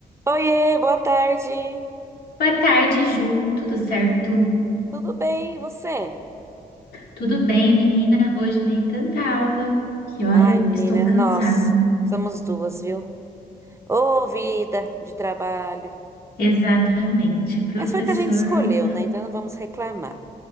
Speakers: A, on the right; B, on the left.
A: Oiê, boa tarde.
B: Boa tarde, Ju. Tudo certo?
A: Tudo bem, e você?
B: Tudo bem, menina? Hoje dei tanta aula que, olha,
A: Ai, menina,
B: estou cansada.
A: nós somos duas, viu? Ô, vida de trabalho.
B: Exatamente, professor.
A: Mas foi que a gente escolheu, né? Então não vamos reclamar.